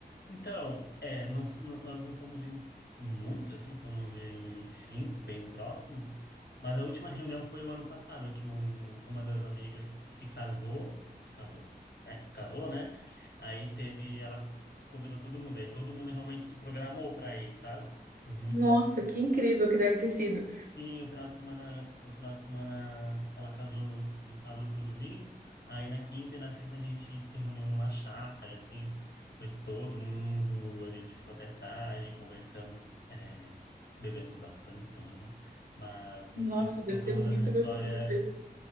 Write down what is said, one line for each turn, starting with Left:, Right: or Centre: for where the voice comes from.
Left: Então, é, não, s- n- nós não somos em, em muito, assim, somos em, em cinco, bem próximos, mas a última reunião foi o ano passado, que um, uma das amigas se casou, se casou, né? Casou, né? Aí teve, ela convidou todo mundo, aí todo mundo realmente se programou para ir, sabe? Foi muito
Right: Nossa,
Left: divertido.
Right: que incrível que deve ter sido.
Left: Sim, o final de semana, o final de semana ela casou no- do sábado pro domingo. Aí na quinta e na sexta a gente se reuniu numa chácara, assim, foi todo mundo, a gente ficou até tarde, conversamos, é, bebemos bastante também, né? Mas
Right: Nossa,
Left: assim,
Right: deve
Left: trocamos
Right: ser muito
Left: as histórias,
Right: gostoso mesmo.